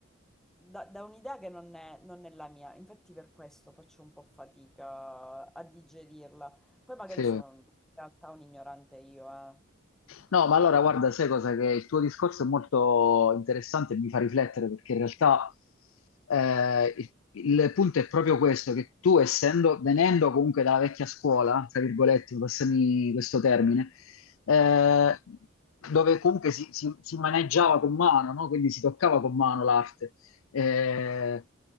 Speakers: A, in the centre; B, on the left (about 80°).
A: da, da un'idea che non è non è la mia. Infatti per questo faccio un po' fatica a digerirla. Poi magari
B: Sì.
A: sono in realtà un ignorante io, eh.
B: No, ma allora guarda, sai cosa? Che il tuo discorso è molto interessante e mi fa riflettere perché in realtà eh, il, il punto è proprio questo, che tu essendo, venendo comunque dalla vecchia scuola, tra virgolette, passami questo termine, eh, dove comunque si, si- si maneggiava con mano, no? Quindi si toccava con mano l'arte. Eh,